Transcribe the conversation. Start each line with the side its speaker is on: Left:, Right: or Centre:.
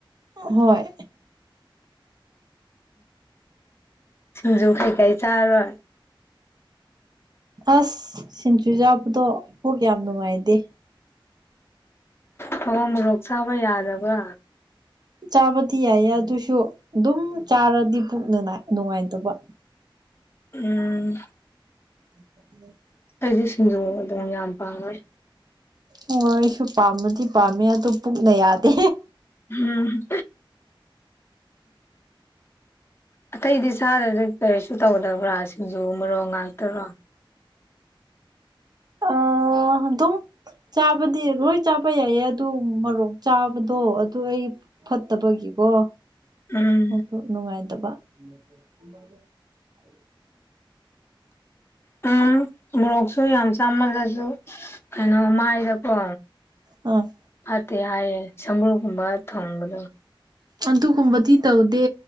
Right: ꯍꯣꯏ
Left: ꯎ ꯁꯤꯡꯖꯨ ꯀꯩ ꯀꯩ ꯆꯥꯔꯣꯏ
Right: ꯑꯁ ꯁꯤꯡꯖꯨ ꯆꯥꯕꯗꯣ ꯄꯨꯛ ꯌꯥꯝ ꯅꯨꯡꯉꯥꯏꯗꯦ꯫
Left: ꯊꯋꯥ ꯃꯣꯔꯣꯛ ꯆꯥꯕ ꯌꯥꯗꯕ
Right: ꯆꯥꯕꯗꯤ ꯌꯥꯏꯌꯦ ꯑꯗꯨꯁꯨ ꯑꯗꯨꯝ ꯆꯥꯔꯗꯤ ꯄꯨꯛꯅ ꯅꯨꯡꯉꯥꯏꯇꯕ
Left: ꯎꯝ ꯎꯝ
Right: <unintelligible>
Left: ꯑꯩꯗꯤ ꯁꯤꯡꯖꯨ ꯑꯗꯨꯝ ꯌꯥꯝ ꯄꯥꯝꯃꯦ꯫
Right: ꯍꯣꯏ ꯑꯩꯁꯨ ꯄꯥꯝꯕꯗꯤ ꯄꯥꯝꯃꯦ ꯑꯗꯨ ꯄꯨꯛꯅ ꯌꯥꯗꯦ꯫
Left: ꯎꯝ ꯑꯇꯩꯗꯤ ꯆꯥꯗ ꯀꯔꯤꯁꯨ ꯇꯧꯗꯕ꯭ꯔꯥ ꯁꯤꯡꯖꯨ ꯃꯔꯣꯛ ꯉꯥꯛꯇꯔꯣ?
Right: ꯑꯥ ꯑꯗꯨꯝ ꯆꯥꯕꯗꯤ ꯂꯣꯏ ꯆꯥꯕ ꯌꯥꯏꯌꯦ ꯑꯗꯨ ꯃꯔꯣꯛ ꯆꯥꯕꯗꯣ ꯑꯗꯨ ꯑꯩ ꯐꯠꯇꯕꯒꯤꯀꯣ
Left: ꯎꯝ
Right: ꯑꯗꯨ ꯅꯨꯡꯉꯥꯏꯇꯕ <unintelligible> <inaudible>
Left: <unintelligible> ꯎꯝ ꯃꯣꯔꯣꯛꯁꯨ ꯌꯥꯝ ꯆꯥꯝꯃꯜꯂꯁꯨ ꯀꯩꯅꯣ ꯃꯥꯏꯗꯀꯣ
Right: ꯎꯝ
Left: ꯐꯠꯇꯦ ꯍꯥꯏꯌꯦ ꯁꯝꯕ꯭ꯔꯨꯒꯨꯝꯕ ꯊꯨꯡꯕꯗꯣ
Right: ꯑꯗꯨꯒꯨꯝꯕꯗꯤ ꯇꯧꯗꯦ